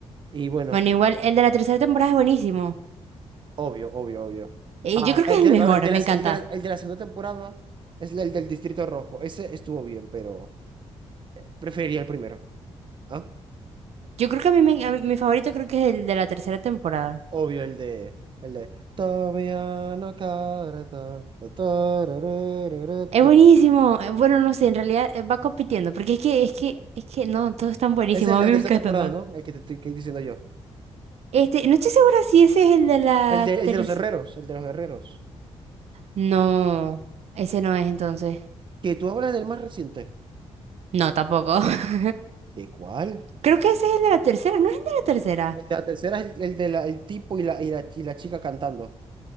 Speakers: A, on the right; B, on the right.
A: Y bueno,
B: Bueno, igual el de la tercera temporada es buenísimo.
A: obvio, obvio, obvio.
B: Y
A: Ahora,
B: yo creo
A: el
B: que es el
A: de,
B: mejor,
A: ahora, el de la,
B: me
A: el
B: encanta.
A: de la- el de la segunda temporada es el del Distrito Rojo. Ese estuvo bien, pero preferiría el primero. ¿Ah?
B: Yo creo que a mí, me- a mí- mi favorito creo que es el de la tercera temporada.
A: Obvio, el de. El de. Todavía no carta, tararararata.
B: Es buenísimo. eh, Bueno, no sé, en realidad eh, va compitiendo, porque es que, es que, es que no, todos están buenísimos.
A: Ese es
B: A
A: el
B: mí
A: de
B: me
A: esta
B: encantan
A: temporada,
B: todos.
A: ¿no? El que te estoy que diciendo yo.
B: Este, no estoy segura si ese es el de la
A: El de,
B: tercera.
A: el de los herreros, el de los herreros.
B: No, ese no es entonces.
A: Que tú hablas del más reciente.
B: No, tampoco. <laughs>
A: ¿De cuál?
B: Creo que ese es el de la tercera, ¿no es el de la tercera?
A: La tercera es el, el de la- el tipo y la, y la, y la chica cantando